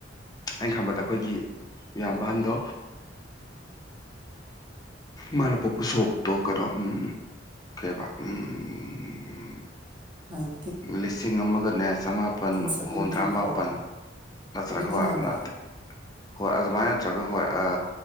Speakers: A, on the left; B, on the right.
A: ꯑꯩꯅ ꯈꯟꯕꯗ ꯑꯩꯈꯣꯏꯒꯤ ꯏꯌꯥꯝꯕ ꯑꯍꯟꯗꯣ ꯃꯥꯅ ꯄꯣꯛꯄꯥ ꯁꯣꯛꯇꯣ ꯀꯩꯅꯣ ꯎꯝ ꯀꯩ ꯍꯥꯢꯕ ꯎꯝ
B: ꯅꯥꯟ
A: ꯂꯤꯁꯤꯡ ꯑꯃꯒꯅꯦ ꯆꯃꯥꯄꯟ
B: ꯁꯚꯦꯟꯇꯤ
A: ꯍꯨꯝꯗ꯭ꯔꯥ
B: ꯐꯣꯔ
A: ꯃꯥꯄꯟ ꯅꯠꯇ꯭ꯔ
B: ꯁꯚꯦꯟꯇꯤ
A: ꯍꯣꯏ
B: ꯅꯥꯏꯟꯗ
A: ꯅꯠꯇꯦ ꯍꯣꯏ ꯑꯗꯨꯃꯥꯏꯅ ꯅꯠꯇ꯭ꯔꯒ ꯍꯣꯏ ꯑꯥ